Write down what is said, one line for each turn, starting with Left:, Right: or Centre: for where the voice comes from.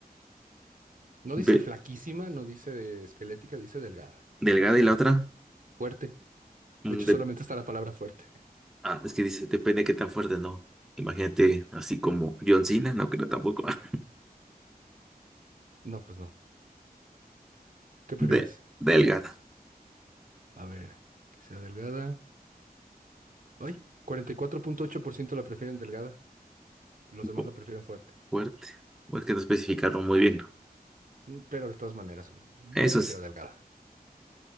Right: No
Centre: ve
Right: dice flaquísima, no dice esquelética, dice delgada.
Centre: delgada y la otra.
Right: Fuerte.
Centre: mm,
Right: De hecho,
Centre: de-
Right: solamente está la palabra fuerte. <laughs>
Centre: ah, es que dice, depende de qué tan fuerte, ¿no? Imagínate así como John Cena, no creo tampoco. <laughs>
Right: No, pues no. ¿Qué prefieres?
Centre: De, delgada.
Right: A ver, que sea delgada. ¡Ay! 44.8% la prefieren delgada. Los
Centre: Un
Right: demás
Centre: poco
Right: la prefieren fuerte.
Centre: fuerte. O es que no especificaron muy bien.
Right: Mm, Pero de todas maneras, pues,
Centre: Eso
Right: yo prefiero
Centre: es.
Right: delgada.